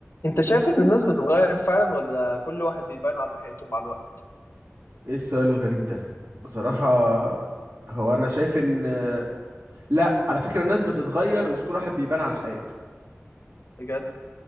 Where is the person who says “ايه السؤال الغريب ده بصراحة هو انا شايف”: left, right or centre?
Right